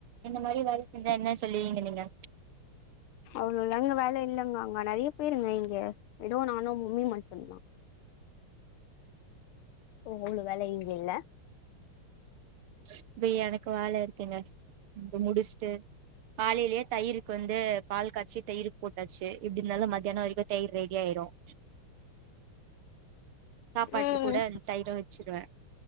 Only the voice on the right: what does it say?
இந்த மாரி வேல செஞ்சா என்ன சொல்வீங்க நீங்க
இப்ப எனக்கு வேல இருக்குங்க முடிச்சுட்டு காலேயே தயிருக்கு வந்து பால் காச்சி தயிர் போட்டாச்சு எப்டி இந்தாலும் மத்தியானம் வரைக்கு தயிர் ரெடி ஆயிரும் சாப்பாட்டுல
கூட அந் தயிரு வச்சுருவேன்